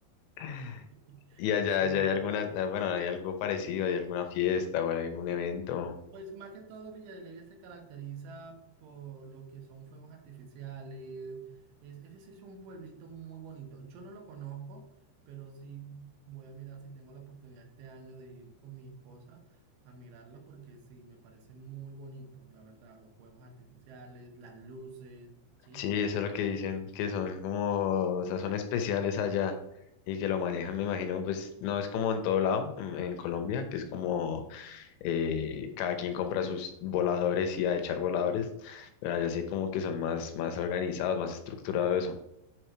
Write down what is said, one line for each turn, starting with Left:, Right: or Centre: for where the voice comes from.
Left: <laughs>
Right: <laughs>
Left: Y allá,
Right: Sí,
Left: allá hay alguna, ah, bueno, hay algo parecido, hay alguna fiesta o algún evento.
Right: Pues más que todo Villa de Leyva se caracteriza por lo que son fuegos artificiales. Es, ese sí es un pueblito muy bonito. Yo no lo conozco, pero sí voy a mirar si tengo la oportunidad este año de ir con mi esposa a mirarlo porque sí, me parece muy bonito, la verdad, los fuegos artificiales, las luces, ¿sí?
Left: Sí, eso es lo que dicen, que son como, o sea, son especiales allá y que lo manejan, me imagino, pues no es como en todo lado, en, en Colombia, que es como eh, cada quien compra sus voladores y a echar voladores, pero allá sí como que son más, más organizados, más estructurado eso.